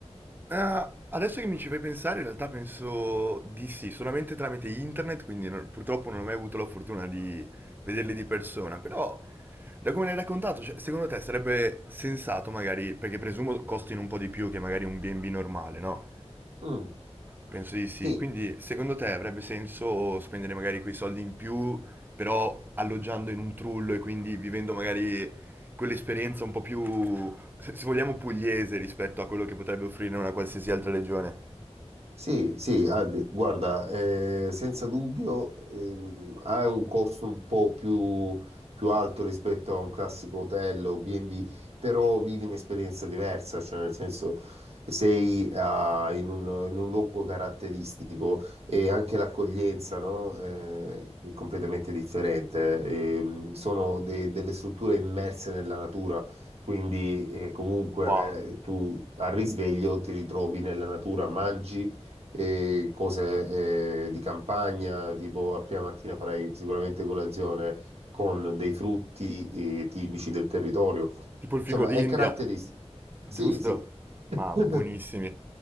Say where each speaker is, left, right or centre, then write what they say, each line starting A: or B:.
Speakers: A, on the right; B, on the right.
A: Ah, adesso che mi ci fai pensare, in realtà penso di sì, solamente tramite internet, quindi non- purtroppo non ho mai avuto la fortuna di vederli di persona, però da come l'hai raccontato, cioè, secondo te sarebbe sensato magari, perché presumo costino un po' di più che magari un B&B normale, no?
B: Mm,
A: Penso di sì.
B: sì.
A: Quindi, secondo te avrebbe senso spendere magari quei soldi in più, però alloggiando in un trullo e quindi vivendo magari quell'esperienza un po' più, se se vogliamo, pugliese rispetto a quello che potrebbe offrire una qualsiasi altra regione?
B: Sì, sì, Aldi, guarda, eh, senza dubbio ehm, ha un costo un po' più, più alto rispetto a un classico hotel o B&B, però vivi un'esperienza diversa, cioè nel senso sei ah, in un, in un luogo caratteristico e anche l'accoglienza, no, eh, è completamente differente. Ehm, sono de- delle strutture immerse nella natura. Quindi eh, comunque
A: Wow.
B: tu al risveglio ti ritrovi nella natura, mangi, e cose eh, di campagna, tipo a prima mattina farai sicuramente colazione con dei frutti eh, tipici del territorio.
A: Tipo il
B: Insomma,
A: fico d'India,
B: è caratteristico.
A: giusto?
B: Sì, sì.
A: Ma
B: <laughs>
A: buonissimi.